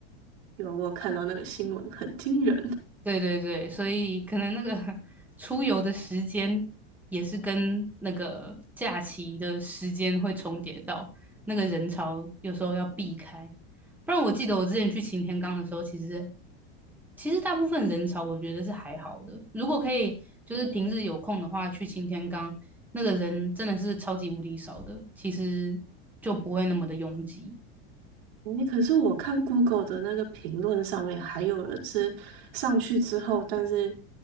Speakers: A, on the right; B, in the centre.
A: 有我有看到那个新闻，很惊人。
B: 对对对，所以可能那个 <laughs> 出游的时间也是跟那个假期的时间会重叠到，那个人潮有时候要避开。不然我记得我之前去擎天岗的时候，其实其实大部分人潮我觉得是还好的。如果可以，就是平日有空的话去擎天岗，那个人真的是超级无敌少的，其实就不会那么的拥挤
A: 诶，可是我看 Google 的那个评论上面，还有人是上去之后，但是